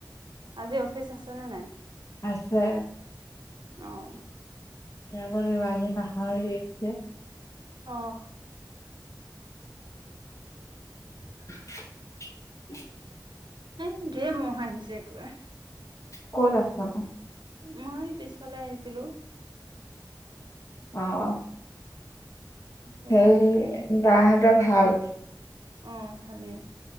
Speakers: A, on the right; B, on the left.
A: আজি অফিচ আছে নে নাই
B: আছে
A: অহ
B: স বিব আজি মাৰ শেষছে <unintelligible>
A: অঁহ
B: <unintelligible>
A: এ ধেৰ মহ হা আহিছে একেবাৰে
B: ক'ত আছা
A: মই পিছফালে আহিছিলো
B: অহ
A: পিছফালে
B: সেই
A: আহি পেলাই
B: বাহতৰ ভাল
A: অ' ভালেই।